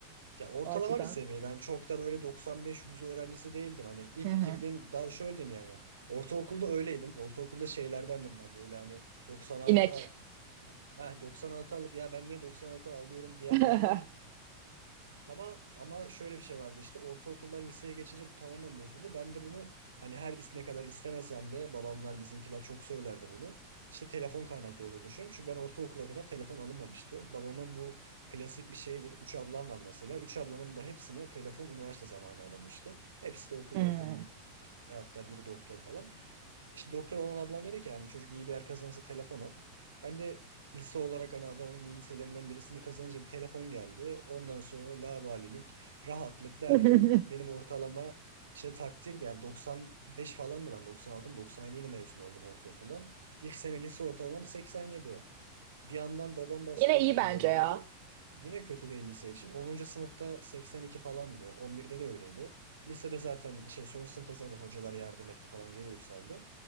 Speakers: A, on the right; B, on the right.
A: Ya ortalama
B: o açıdan.
A: bir seviyeden yani çok da böyle 95-100 öğrencisi değildim. Hani ilk
B: Hı hı.
A: girdiğim daha şöyle diyeyim yani. Ortaokulda öyleydim. Ortaokulda şeylerdendim ben böyle hani 96
B: İnek.
A: Ha, 96 alıp ya ben niye 96 alıyorum diyenlerden
B: <laughs>
A: ama ama şöyle bir şey vardı işte ortaokuldan liseye geçince bu tamamen bozuldu. Ben de bunu hani her is- ne kadar istemesem de babamlar bizimkiler çok söylerdi bunu. İşte telefon kaynaklı olduğunu düşünüyorum. Çünkü ben ortaokula kadar telefon alınmamıştı. Babamın bu klasik bir şeydir. Üç ablam var mesela. Üç ablamın da hepsine telefon üniversite zamanı alınmıştı. Hepsi de okudu
B: Hı.
A: okulunu bitirdi. Hatta biri doktor falan. İşte doktor olan ablam dedi ki hani çocuk iyi bir yer kazanırsa telefon al. Ben de lise olarak hani Adana'nın iyi liselerinden birisini kazanınca bir telefon geldi. Ondan sonra laubalilik, rahatlık derken
B: <laughs>
A: benim ortalama işte takdir de yani 95 falandı ben 96 mı 97 ile mezun oldum ortaokuldan. İlk sene lise ortalamam 87. Bir yandan babam baskı
B: Yine
A: yapıyor
B: iyi bence
A: diyor ne oldu?
B: ya.
A: Yine kötü değil lise için. Onuncu sınıfta 82 falandı. 11'de de öyleydi. Lisede zaten şey son sınıfta zaten hocalar yardım etti falan geri yükseldi.